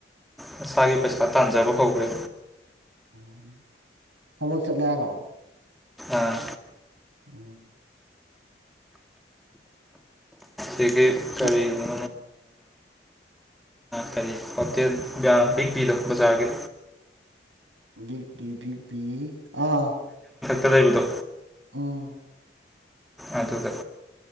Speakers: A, in the centre; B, on the right.
A: ꯃꯁꯥꯒꯤ ꯄꯩꯁꯥ ꯇꯥꯟꯖꯕ ꯍꯧꯈ꯭ꯔꯦ
B: ꯎꯝ ꯊꯕꯛ ꯆꯠꯂꯦ ꯍꯥꯏꯔꯣ
A: ꯑꯥ
B: ꯑ
A: ꯑꯩꯒꯤ ꯀꯔꯤꯅ
B: ꯃ
A: ꯀꯔꯤ ꯍꯣꯇꯦꯜ ꯕꯤꯛ ꯄꯗꯣ ꯕꯖꯥꯔꯒꯤ
B: ꯕꯤꯒ ꯕꯤ ꯕꯤꯒ ꯕꯤ ꯑꯥ
A: ꯀꯗꯗꯣ
B: ꯎꯝ
A: ꯑꯗꯨꯗ